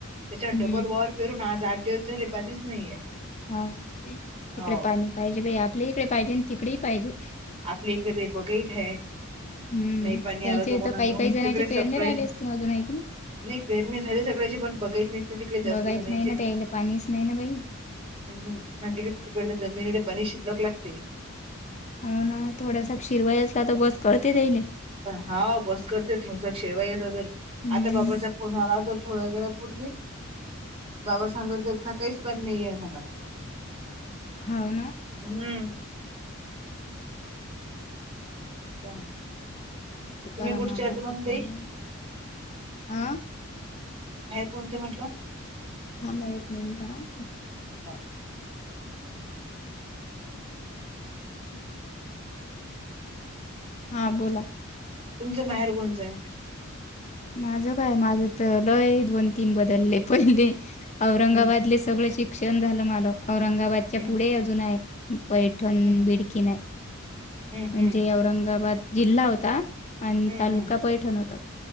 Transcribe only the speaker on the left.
हम्म.
हा तिकडे
पाणी पाहिजे आपल्याहीकडे पाहिजे आणि तिकडे पाहिजे.
हम्म.
त्याच्या
इथं
काही काही जणांचे
पेरणे
राहिले असतील अजून आहे की नाही?
बघायच
नाही ना त्याला पाणीच नाही ना बाई.
हो ना थोड्यासा शीरवाई असला तर बस कळते त्यायेले.
हम्म.
होव ना?
करा
म आता
फोन,
आं!
थांबा एक मिनट हा!
हा बोला!
माझं काय माझ तर लय दोन तीन बदलले पहिले औरंगाबादले
सगळं शिक्षण झालं मला औरंगाबादच्या
पुढे अजून आहे. पैठण
बिडकी नाही
म्हणजे
औरंगाबाद जिल्हा होता. आणि
तालुका
पैठण होता.